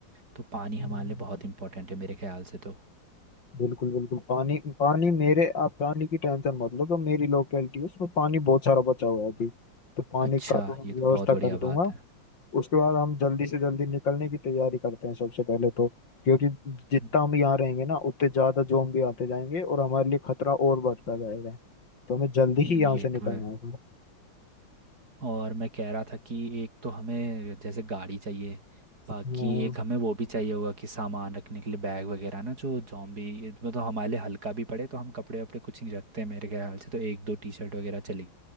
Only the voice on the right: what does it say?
तो पानी हमारे
लिए बहुत इंपॉर्टेंट है मेरे ख्याल से तो
अच्छा
ये तो
बहुत बढ़िया
बात
है
हम्म,
ये
तो है
और मैं कह रहा था कि एक तो हमें जैसे गाड़ी चाहिए
बाकी एक हमें वो भी चाहिए होगा कि सामान रखने के लिए बैग वगैरह ना जो जॉम्बी मतलब हमारे लिए हल्का भी पड़े तो हम कपड़े वपड़े कुछ नहीं रखते मेरे ख्याल से तो एक दो टी शर्ट वगैरह चलेगी